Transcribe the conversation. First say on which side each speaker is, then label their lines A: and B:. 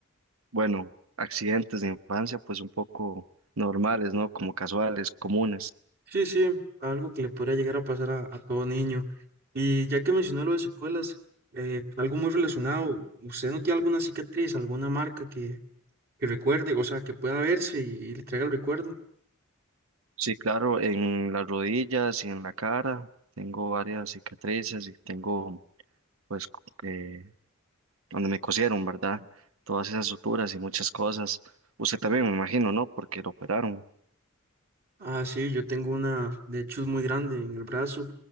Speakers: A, on the right (about 80°); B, on the right (about 50°).
A: bueno, accidentes de infancia pues un poco normales, ¿no? Como casuales, comunes.
B: Sí, sí, algo que le podría llegar a pasar a, a todo niño. Y ya que mencionó lo de secuelas, eh, algo muy relacionado, ¿usted no tiene alguna cicatriz, alguna marca que, que recuerde, o sea, que pueda verse y, y le traiga el recuerdo?
A: Sí, claro, en las rodillas y en la cara. Tengo varias cicatrices y tengo pues, cu- eh, donde me cosieron, ¿verdad? Todas esas suturas y muchas cosas. Usted también, me imagino, ¿no? Porque lo operaron.
B: Ah, sí, yo tengo una, de hecho es muy grande en el brazo